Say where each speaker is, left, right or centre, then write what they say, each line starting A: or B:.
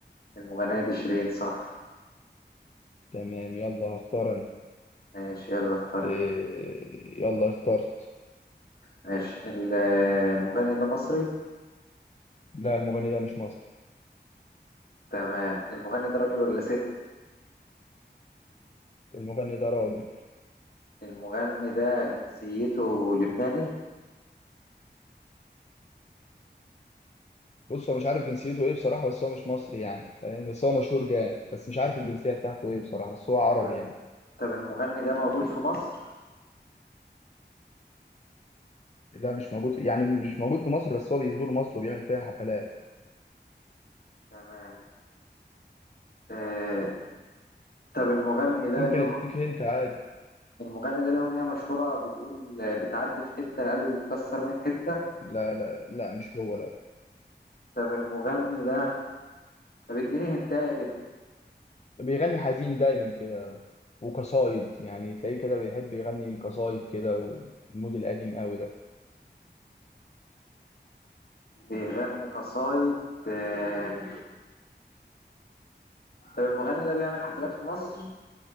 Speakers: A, on the left; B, on the left.
A: المغنية دي شيرين صح
B: تمام يلا هختار انا
A: ماشي يلا اختار
B: آه،
A: انت.
B: يلا اخترت
A: ماشي ال- المغني ده مصري
B: لا المغني ده مش مصري
A: تمام المغني ده راجل ولا ست
B: المغني ده راجل
A: المغني ده جنسيته لبناني
B: بص هو مش عارف جنسيته ايه بصراحه بس هو مش مصري يعني فاهم؟ بس هو مشهور جامد بس مش عارف الجنسيه بتاعته ايه بصراحه بس هو عربي
A: طب
B: يعني
A: طب المغني ده موجود في مصر
B: لا مش موجود يعني مش موجود في مصر بس هو بيزور مصر وبيعمل فيها حفلات
A: تمام آه، طب المغني ده
B: ممكن
A: له
B: اديك هنت عادي
A: المغني ده له أغنية مشهورة بتقول بتعدي في حتة القلب بيتكسر 100 حتة
B: لا لا لا مش هو لا
A: طب المغني ده طب اديني هنتاية كده
B: بيغني حزين دايما كده وقصايد يعني تلاقيه كده بيحب يغني القصايد كده والمود القديم قوي ده
A: بيغني قصايد آه، طب المغني ده بيعمل حفلات في مصر